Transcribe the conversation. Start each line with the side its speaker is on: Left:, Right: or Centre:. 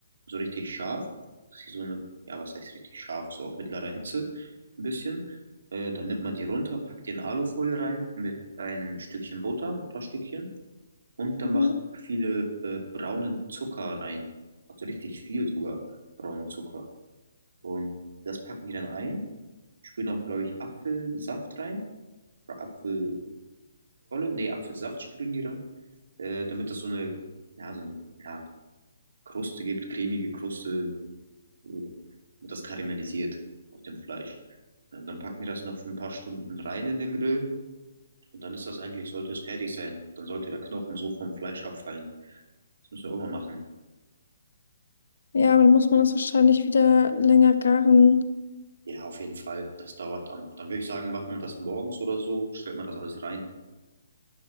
Right: so richtig scharf, dass sie so eine, ja, was heißt richtig scharf, so auf mittlerer Hitze ein bisschen. Äh, dann nimmt man die runter, packt die in Alufolie rein mit ein Stückchen Butter, mit ein paar Stückchen und da
Left: mhm.
Right: macht man viele äh, braunen Zucker rein. Also richtig viel sogar braunen Zucker. Und das packen die dann ein, spülen auch, glaube ich, Apfelsaft rein, oder Apfelschorle, nee, Apfelsaft spülen die rein, äh, damit das so eine, ja, so eine, ja, Kruste gibt, cremige Kruste, so, und das karamellisiert auf dem Fleisch. Ja, und dann packen die das noch für ein paar Stunden rein in den Grill und dann ist das eigentlich, sollte es fertig sein. Dann sollte der Knochen so vom Fleisch abfallen. Das müssen wir auch mal machen.
Left: ja, aber dann muss man das wahrscheinlich wieder länger garen.
Right: Ja, auf jeden Fall, das dauert dann. Dann würde ich sagen, macht man das morgens oder so, stellt man das alles rein.